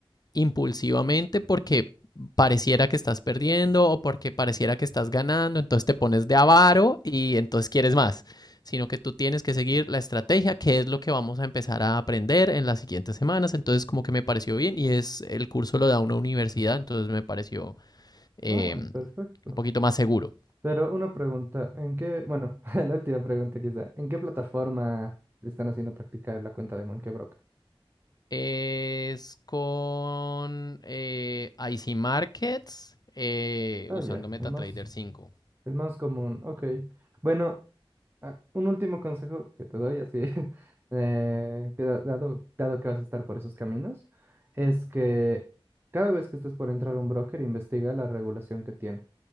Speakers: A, on the left; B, on the right.
A: impulsivamente porque pareciera que estás perdiendo o porque pareciera que estás ganando, entonces te pones de avaro y entonces quieres más, sino que tú tienes que seguir la estrategia, que es lo que vamos a empezar a aprender en las siguientes semanas, entonces como que me pareció bien y es el curso lo da una universidad, entonces me pareció eh,
B: Ah,
A: un
B: perfecto.
A: poquito más seguro.
B: Pero una pregunta, ¿en qué, bueno, <laughs> la última pregunta quizá, ¿en qué plataforma están haciendo practicar la cuenta de Monkey Brock?
A: Es con eh, IC Markets eh,
B: Oh,
A: usando
B: ya,
A: MetaTrader
B: el más,
A: 5.
B: el más común, ok. Bueno, ah, un último consejo que te doy, así, <laughs> eh, que da- dado, dado que vas a estar por esos caminos, es que cada vez que estés por entrar a un broker, investiga la regulación que tiene.